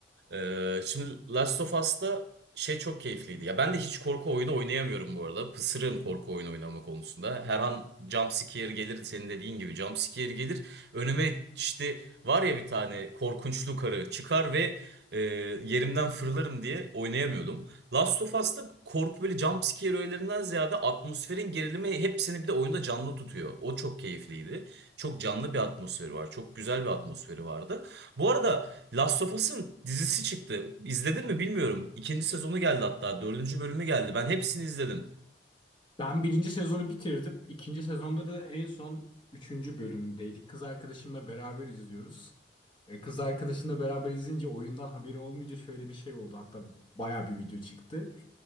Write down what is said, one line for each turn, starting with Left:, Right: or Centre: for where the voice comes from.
Right: Ee, şimdi Last of Us'ta şey çok keyifliydi. Ya ben de hiç korku oyunu oynayamıyorum bu arada. Pısırığım korku oyunu oynama konusunda. Her an jump scare gelir senin dediğin gibi jump scare gelir. Önüme işte var ya bir tane korkunçlu karı çıkar ve e, yerimden fırlarım diye oynayamıyordum. Last of Us'ta korku böyle jump scare öğelerinden ziyade atmosferin gerilimi hepsini bir de oyunda canlı tutuyor. O çok keyifliydi. Çok canlı bir atmosferi var. Çok güzel bir atmosferi vardı. Bu arada Last of Us'ın dizisi çıktı. İzledin mi bilmiyorum. İkinci sezonu geldi hatta. Dördüncü bölümü geldi. Ben hepsini izledim.
Left: Ben birinci sezonu bitirdim. İkinci sezonda da en son üçüncü bölümdeydik. Kız arkadaşımla beraber izliyoruz. E, Kız arkadaşımla beraber izleyince oyundan haberi olmayınca şöyle bir şey oldu. Hatta baya bir video çıktı.